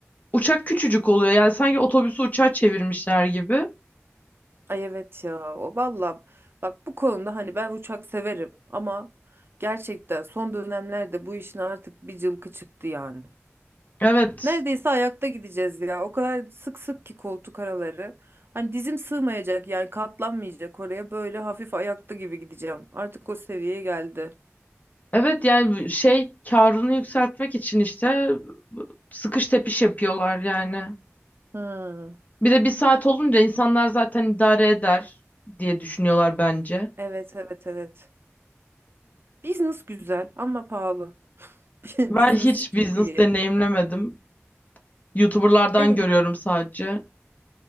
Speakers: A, on the left; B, on the right.
A: uçak küçücük oluyor. Yani sanki otobüsü uçağa çevirmişler gibi.
B: Ay evet ya. O valla bak bu konuda hani ben uçak severim ama gerçekten son dönemlerde bu işin artık bir cılkı çıktı yani.
A: Evet.
B: Neredeyse ayakta gideceğiz ya. O kadar sık sık ki koltuk araları. Hani dizim sığmayacak yani katlanmayacak oraya. Böyle hafif ayakta gibi gideceğim. Artık o seviyeye geldi.
A: Evet yani şey karını yükseltmek için işte sıkış tepiş yapıyorlar yani.
B: Hmm.
A: Bir de bir saat olunca insanlar zaten idare eder diye düşünüyorlar bence.
B: Evet evet evet. Business güzel ama pahalı. <laughs> Business
A: Ben hiç
B: çok
A: business
B: iyi.
A: deneyimlemedim. YouTuber'lardan
B: Beni,
A: görüyorum sadece.